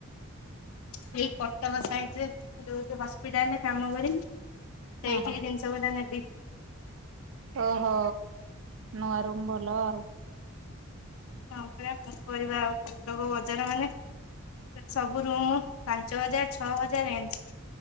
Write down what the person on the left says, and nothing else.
ସେଇ କଟକ ସାଇଟ ରେ ଯେ ଯୋଉ ହସ୍ପିଟାଲରେ କାମ କରିମି ସେଇଠି
କି ଜିନିଷ। ଡ଼ା ନ
ହଁ ପରା, କଣ କରିବା ଆଉ କଟକ ବଜାର ମାନେ। ସବୁ ରୁମ ପାଞ୍ଚ ହଜାର ଛଅ ହଜାର ରେଞ୍ଜ।